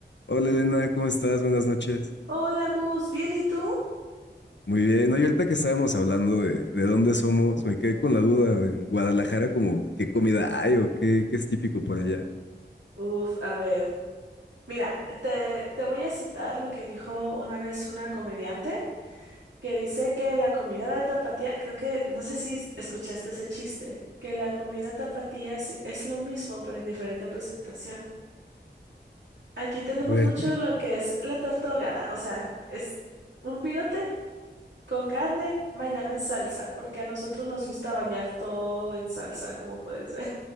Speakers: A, on the left; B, on the right.
A: Hola Elena, ¿cómo estás? Buenas noches.
B: Hola Gus, ¿bien y tú?
A: Muy bien. Oye, ahorita que estábamos hablando de, de dónde somos, me quedé con la duda. En Guadalajara, como qué comida hay o qué, qué es típico por allá.
B: Uf, a ver, mira, te, te voy a citar lo que dijo una vez una comediante que dice que la comida de tapatía, creo que, no sé si es- escuchaste ese chiste, que la comida tapatía sí- es lo mismo pero en diferente presentación. Aquí tenemos
A: A ver,
B: mucho lo que es la torta ahogada, o sea, es un virote con carne bañada en salsa, porque a nosotros nos gusta bañar todo en salsa, como puedes ver.